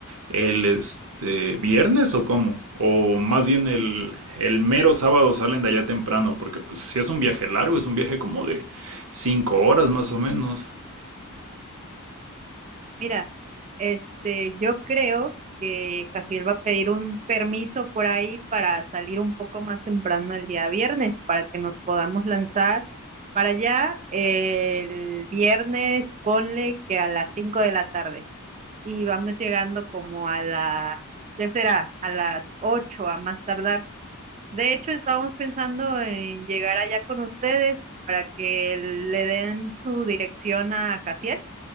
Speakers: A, on the right; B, on the right.
A: el este viernes o cómo? O más bien el el mero sábado salen de allá temprano, porque pues si es un viaje largo, es un viaje como de cinco horas más o menos.
B: Mira, este, yo creo que Jaciel va a pedir un permiso por ahí para salir un poco más temprano el día viernes, para que nos podamos lanzar para allá el viernes, ponle que a las 5 de la tarde. Y vamos llegando como a las, ¿qué será? A las 8 a más tardar. De hecho, estábamos pensando en llegar allá con ustedes para que le den su dirección a Jaciel